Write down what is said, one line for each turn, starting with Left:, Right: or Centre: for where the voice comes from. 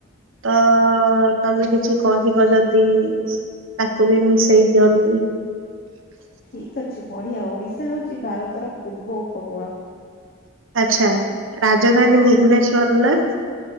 Right: ତ ତମେ କିଛି କହିବ ଯଦି ତାକୁ ବି ମିଶେଇ ଦିଅନ୍ତି।
Left: ଠିକ ଅଛି ବଢିଆ ଓଡିଶା ହଉଚି ଭାରତର ପୂର୍ବ ଉପକୂଳ।
Right: ଆଛା ରାଜଧାନୀ ଭୁବନେଶ୍ୱର ନା?